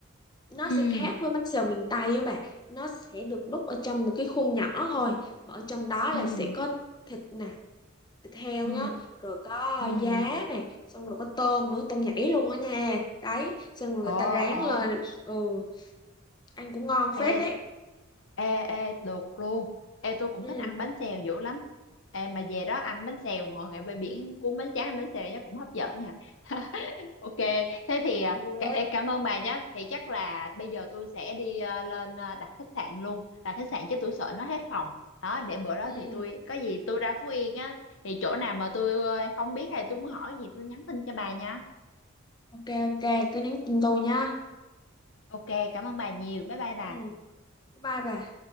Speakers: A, on the left; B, on the left.
A: nó
B: Ừ.
A: sẽ khác với bánh xèo miền Tây á bạn nó sẽ được đút ở trong một cái khuôn nhỏ thôi mà ở trong đó là
B: Ừ. Ừ.
A: sẽ có thịt nè thịt heo
B: Ừ.
A: nhá rồi có
B: Ừ.
A: giá này xong rồi có tôm nữa tôm nhảy luôn á nha đấy xong rồi
B: Ồ,
A: người ta rán
B: ồ.
A: lên ừ ăn cũng ngon
B: Ê,
A: phết đấy
B: ê, ê, được luôn. Ê, tôi cũng
A: ừ
B: thích ăn bánh xèo dữ lắm. Ê, mà về đó ăn bánh xèo, ngồi ngay bãi biển cuốn bánh tráng ăn bánh xèo nhá, cũng hấp dẫn nha. <laughs> Ok, thế thì à,
A: nhiều
B: cả-
A: đấy
B: ê, cảm ơn bà nhé. Thì chắc là bây giờ tôi sẽ đi à, lên à, đặt khách sạn luôn. Đặt khách sạn chứ tôi sợ nó hết phòng. Đó, để bữa đó
A: ừ
B: thì
A: ừ.
B: tôi, có gì tôi ra Phú Yên á, thì chỗ nào mà tôi ờ, không biết hay tôi muốn hỏi gì tôi nhắn tin cho bà nha.
A: ok ok cứ nhắn tin tôi nha
B: Ok, cảm ơn bà nhiều. Bye bye bà.
A: ừ bye bye bà